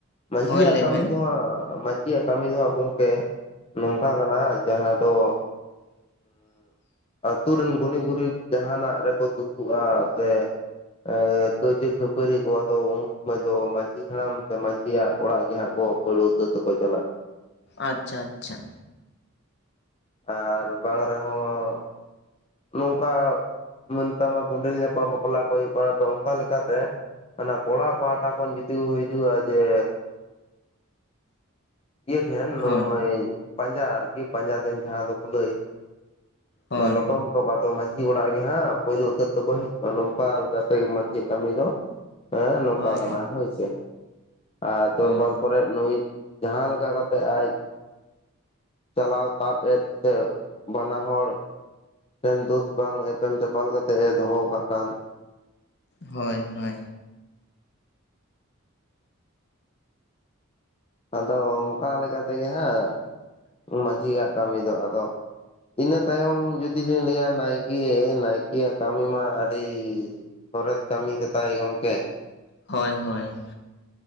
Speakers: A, on the left; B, on the left.
A: ᱢᱟᱹᱡᱷᱤᱭᱟᱜ
B: ᱦᱳᱭ ᱞᱟᱹᱭ
A: ᱠᱟᱹᱢᱤ
B: ᱵᱮᱱ
A: ᱫᱚ ᱦᱟᱸᱜ ᱢᱟᱹᱡᱷᱤᱭᱟᱜ ᱠᱟᱹᱢᱤ ᱫᱚ ᱦᱟᱸᱜ ᱜᱚᱝᱠᱮ, ᱱᱚᱝᱠᱟ ᱠᱟᱱᱟ ᱡᱟᱦᱟᱸ ᱫᱚ
B: <inaudible>
A: ᱟᱹᱛᱩ ᱨᱮᱱ ᱜᱩᱱᱤ ᱜᱩᱨᱤᱵᱽ ᱡᱟᱦᱟᱸᱱᱟᱜ ᱨᱮᱠᱚ ᱫᱩᱠᱩᱜᱼᱟ ᱥᱮ ᱮᱸ ᱠᱟᱹᱣᱡᱟᱹ, ᱠᱷᱟᱹᱯᱟᱹᱨᱤ ᱠᱚ ᱟᱫᱚ ᱩᱱ ᱥᱚᱢᱚᱭ ᱫᱚ ᱢᱟᱹᱡᱷ ᱤ ᱦᱟᱲᱟᱢ ᱛᱮ ᱢᱟᱹᱡᱷᱤᱭᱟᱜ ᱚᱲᱟᱜ ᱜᱮ ᱦᱟᱸᱜ ᱠᱚ ᱯᱳᱭᱞᱳ ᱩᱛᱟᱹᱨ ᱛᱮᱠᱚ ᱪᱟᱞᱟᱜᱼᱟ ᱾
B: ᱟᱪᱪᱷᱟ, ᱟᱪᱪᱷᱟ ᱾
A: ᱟᱨ ᱵᱟᱝ ᱨᱮᱦᱚᱸ, ᱱᱚᱝᱠᱟ ᱢᱟᱹᱱᱠᱟ ᱢᱟ ᱠᱳᱸᱰᱮᱞ ᱧᱟᱯᱟᱢ ᱵᱟᱯᱞᱟ ᱠᱚ ᱦᱳᱭᱳᱜ ᱠᱟᱱᱟ ᱛᱚ ᱚᱱᱠᱟ ᱞᱮᱠᱟᱛᱮ ᱚᱱᱟ ᱠᱚᱲᱟ ᱯᱟᱦᱴᱟ ᱠᱷᱚᱱ ᱡᱩᱫᱤ ᱠᱚ ᱦᱤᱡᱩᱜᱼᱟ ᱡᱮ
B: <inaudible>
A: <unintelligible>
B: ᱦᱳᱭ
A: ᱢᱟᱹᱭ ᱯᱟᱸᱡᱟ ᱟᱨᱠᱤ ᱯᱟᱸᱡᱟ ᱛᱮᱱ ᱡᱟᱦᱟᱸ ᱫᱚᱠᱚ ᱞᱟᱹᱭ
B: ᱦᱳᱭ
A: ᱚᱱᱟ ᱞᱚᱴᱚᱢ <unintelligible> ᱟᱫᱚ ᱢᱟᱹᱡᱷᱤ ᱚᱲᱟᱜ ᱜᱮ ᱦᱟᱸᱜ ᱯᱳᱭᱞᱳ ᱩᱛᱟᱹᱨ ᱫᱚ ᱠᱚ ᱦᱤᱡᱩᱜᱼᱟ᱾ ᱱᱚᱝᱠᱟ ᱞᱮᱠᱟ ᱛᱮ ᱜᱮ ᱢᱟᱹᱡᱷᱤᱭᱟᱜ ᱠᱟᱹᱢᱤ ᱫᱚ ᱮᱸ ᱱᱚᱝᱠᱟ
B: ᱦᱳᱭ
A: ᱠᱟᱱᱟ ᱦᱳᱭ ᱥᱮ, ᱟᱨ ᱫᱚᱨᱵᱟᱨ
B: ᱦᱳᱭ
A: ᱠᱚᱨᱮᱫ ᱱᱩᱭ ᱡᱟᱦᱟᱸ ᱞᱮᱠᱟ ᱠᱟᱛᱮᱜ ᱟᱡ ᱪᱟᱞᱟᱣ ᱛᱟᱵ ᱮᱫ ᱥᱮ, ᱵᱟᱱᱟ ᱦᱚᱲ ᱮᱱ ᱫᱳᱥ ᱵᱟᱝ ᱮᱯᱮᱢ ᱪᱟᱯᱟᱞ ᱠᱟᱛᱮ ᱮ ᱫᱚᱦᱚ ᱠᱟᱜ ᱠᱷᱟᱱ
B: ᱦᱳᱭ ᱦᱳᱭ᱾
A: ᱟᱫᱚ ᱚᱱᱠᱟ ᱞᱮᱠᱟ ᱛᱮᱜᱮ ᱦᱟᱸᱜ ᱢᱟᱹᱡᱷᱤᱭᱟᱜ ᱠᱟᱹᱢᱤ ᱫᱚ ᱟᱫᱚ ᱤᱱᱟᱹ ᱛᱟᱭᱚᱢ ᱡᱩᱫᱤ ᱞᱤᱧ ᱞᱮᱭᱟ ᱱᱟᱭᱠᱮ, ᱱᱟᱭᱠᱮᱭᱟᱜ ᱠᱟᱢᱤ ᱢᱟ ᱟᱹᱰᱤ ᱥᱚᱨᱮᱥ ᱠᱟᱹᱢᱤ ᱜᱮᱛᱟᱭ ᱜᱚᱝᱠᱮ᱾
B: ᱦᱳᱭ ᱦᱳᱭ᱾